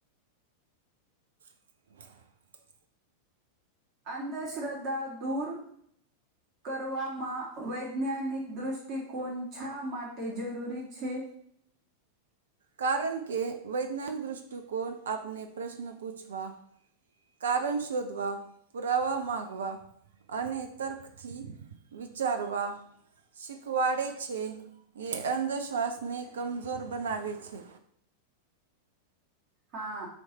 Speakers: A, on the right (about 65°); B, on the right (about 40°).
A: હ
B: અંધશ્રદ્ધા દૂર કરવામાં વૈજ્ઞાનિક દૃષ્ટિકોણ છા માટે જરૂરી છે?
A: કારણ કે વૈજ્ઞાનિક દૃષ્ટિકોણ આપને પ્રશ્ન પૂછવા કારણ શોધવા, પુરાવા માગવા અને તર્કથી વિચારવા શીખવાડે છે એ અંધશ્વાસને કમજોર બનાવે છે.
B: હા